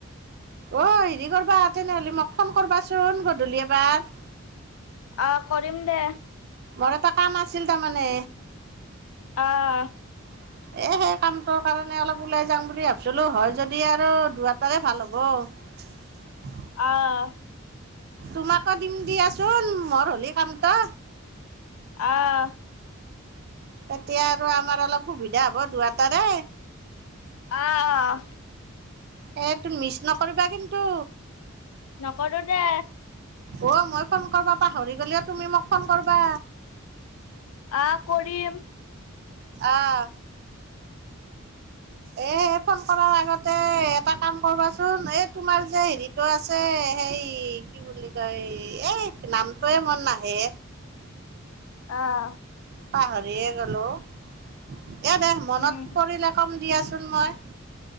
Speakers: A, on the right (about 50°); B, on the left (about 85°).
A: অ', হেৰি কৰবা তেনেহ'লে, মোক ফোন কৰবাচোন, গধূলি এবাৰ
B: আহ, কৰিম দে
A: মোৰ এটা কাম আছিল, তাৰমানে
B: আহ
A: এ, সেই কামটোৰ কাৰণে, অলপ ওলাই যাম বুলি ভাবিছিলোঁ। হয় যদি, আৰু দুয়াটাৰে ভাল হ'ব
B: আহ
A: তোমাকো দিম, দিয়াচোন। মোৰ হ'লে, কামটো
B: আহ
A: তেতিয়া, আৰু, আমাৰ অলপ সুবিধা হ'ব, দুয়াটাৰে
B: আহ
A: এ, তোৰ মিছ নকৰিবা, কিন্তু
B: নকৰো দে
A: অ', মই ফোন কৰিব পাহৰি গ'লেও, তুমি মোক ফোন কৰবা
B: আহ, কৰিম
A: আহ এ, ফোন কৰাৰ আগতে, এটা কাম কৰবাচোন। এই, তোমাৰ যে হেৰিটো আছে, সেই, কি বুলি কয়, এই নামটোৱেই মোৰ নাহে
B: আহ
A: পাহৰিয়ে গ'লো এয়া, দে, মনত
B: উম
A: পৰিলে, কম, দিয়াচোন, মই